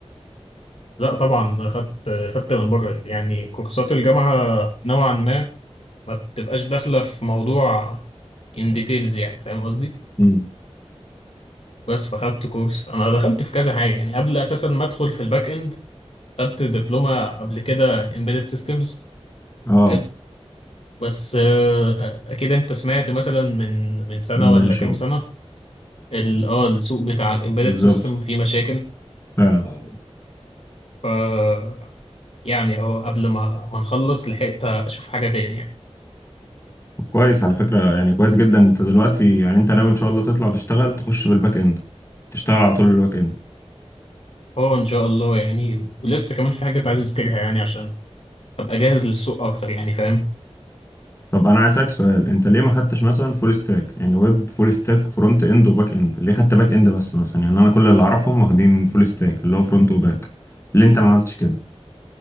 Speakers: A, on the left (about 60°); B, on the left (about 25°).
A: لا طبعا خدت خدت من بره يعني كورسات الجامعه نوعا ما ما بتبقاش داخله في موضوع ان ديتيلز يعني فاهم قصدي
B: مم.
A: بس فخدت كورس انا دخلت في كذا حاجه يعني قبل اساسا ما ادخل في الباك اند خدت دبلومه قبل كده embedded systems
B: اه
A: حلو بس آه، اكيد انت سمعت مثلا من من سنه
B: ان
A: ولا كام
B: شو
A: سنه ال- اه السوق بتاع الامبيدد
B: بالظبط
A: سيستم فيه مشاكل
B: فعلا
A: ف يعني اهو قبل ما ما نخلص لحقت اشوف حاجه تاني يعني
B: كويس على فكرة يعني كويس جدا انت دلوقتي يعني انت ناوي ان شاء الله تطلع تشتغل تخش بالباك اند تشتغل على طول بالباك اند
A: اه ان شاء الله يعني ولسه كمان في حاجات عايز اذاكرها يعني عشان ابقى جاهز للسوق اكتر يعني فاهم
B: طب انا عايز اسالك سؤال انت ليه ما خدتش مثلا فول ستاك يعني ويب فول ستاك فرونت اند وباك اند ليه خدت باك اند بس مثلا يعني انا كل اللي اعرفهم واخدين فول ستاك اللي هو فرونت وباك ليه انت ما عملتش كده